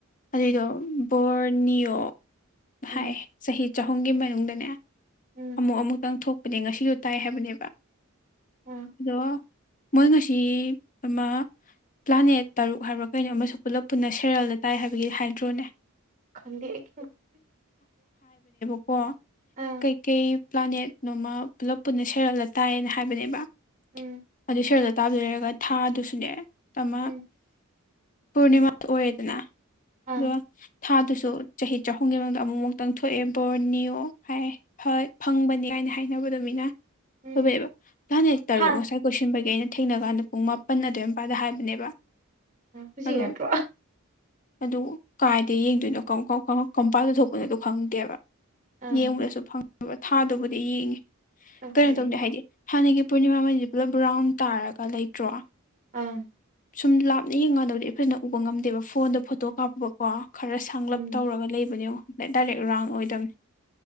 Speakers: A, on the left; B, on the right.
A: ꯑꯗꯨꯏꯗꯣ ꯕꯣꯔꯅꯤꯌꯣ
B: ꯎꯝ
A: ꯍꯥꯏ ꯆꯍꯤ ꯆꯍꯨꯝꯒꯤ ꯃꯅꯨꯡꯗꯅꯦ
B: ꯎꯝ
A: ꯑꯃꯨꯛ ꯑꯃꯨꯛꯇꯪ ꯊꯣꯛꯄꯅꯦ ꯉꯁꯤꯗꯣ ꯇꯥꯏ ꯍꯥꯏꯕꯅꯦꯕ
B: ꯑꯥ
A: ꯑꯗꯣ ꯃꯣꯏ ꯉꯁꯤ ꯑꯃ ꯄ꯭ꯂꯥꯅꯦꯠ ꯇꯔꯨꯛ ꯍꯥꯏꯕ꯭ꯔꯥ ꯀꯩꯅꯣ ꯑꯃꯁꯨ ꯄꯨꯂꯞ ꯄꯨꯟꯅ ꯁꯦꯔꯦꯜꯗ ꯇꯥꯏ ꯍꯥꯏꯕꯒꯤ ꯍꯥꯏꯗ꯭ꯔꯣꯅꯦ
B: ꯈꯪꯗ ꯑꯩ
A: ꯑꯣ
B: ꯑꯥ
A: ꯀꯩꯀꯩ ꯄ꯭ꯂꯥꯅꯦꯠꯅꯣꯃ ꯄꯨꯂꯞ ꯄꯨꯟꯅ ꯁꯦꯔꯜꯂ ꯇꯥꯏꯌꯦꯅ ꯍꯥꯏꯕꯅꯦꯕ
B: ꯎꯝ
A: ꯑꯗꯨ ꯁꯦꯔꯣꯜꯗ ꯇꯥꯕꯗꯨ ꯂꯩꯔꯒ ꯊꯥꯗꯨꯁꯨꯅꯦ ꯑꯃ
B: ꯎꯝ
A: ꯄꯨꯔꯅꯤꯃꯥꯗ ꯑꯣꯏꯌꯦꯗꯅ
B: ꯑꯪ
A: ꯑꯗꯨꯒ ꯊꯥꯗꯨꯁꯨ ꯆꯍꯤ ꯆꯍꯨꯝꯒꯤ ꯃꯅꯨꯡꯗ ꯑꯃꯨꯛꯃꯨꯛꯇꯪ ꯊꯣꯛꯑꯦ ꯕꯣꯔ ꯅꯤꯌꯣ ꯍꯥꯏ ꯐꯪꯕꯅꯤ ꯀꯥꯏꯅ ꯍꯥꯏꯅꯕꯗꯃꯤꯅ
B: ꯎꯝ
A: ꯊꯕꯩꯑꯕ ꯌꯥꯅꯤ ꯇꯔꯨꯛ
B: ꯍꯥ
A: ꯉꯁꯥꯏ ꯀꯣꯏꯁꯤꯟꯕꯒꯤ ꯑꯩꯅ ꯊꯦꯡꯅ ꯀꯥꯟꯗ ꯄꯨꯡ ꯃꯥꯄꯟ ꯑꯗꯨꯋꯥꯏ ꯃꯄꯥꯗ ꯍꯥꯏꯕꯅꯦꯕ
B: ꯍꯖꯤ
A: ꯑꯗꯨ
B: ꯀ꯭ꯔꯣ
A: ꯑꯗꯨ ꯀꯥꯏꯗ ꯌꯦꯡꯗꯣꯏꯅꯣ ꯀꯝꯄꯥꯟꯗ ꯊꯣꯛꯄꯅꯣ ꯑꯗꯨ ꯈꯪꯗꯦꯕ
B: ꯑꯪ
A: ꯌꯦꯡꯕꯗꯁꯨ ꯐꯪꯉꯕ ꯊꯥꯗꯕꯨꯗꯤ ꯌꯦꯡꯉꯤ
B: ꯑꯩꯈꯣꯏ
A: ꯀꯩꯅꯣ ꯇꯧꯗꯦ ꯍꯥꯏꯗꯤ ꯍꯥꯟꯅꯒꯤ ꯄꯨꯔꯅꯤꯃꯥꯍꯩꯁꯦ ꯄꯨꯂꯞ ꯔꯥꯎꯟ ꯇꯥꯔꯒ ꯂꯩꯇ꯭ꯔꯣ
B: ꯑꯥ
A: ꯁꯨꯝ ꯂꯥꯞꯅ ꯌꯦꯡꯒꯥꯟꯗꯕꯗꯤ ꯑꯩ ꯐꯖꯅ ꯎꯕ ꯉꯝꯗꯦꯕ ꯐꯣꯟꯗ ꯐꯣꯇꯣ ꯀꯥꯞꯄꯕꯀꯣ ꯈꯔ ꯁꯥꯡꯂꯞ
B: ꯎꯝ
A: ꯇꯧꯔꯒ ꯂꯩꯕꯅꯦ ꯗꯥꯏꯔꯦꯛ ꯔꯥꯎꯟ ꯑꯣꯏꯗꯕꯅꯤ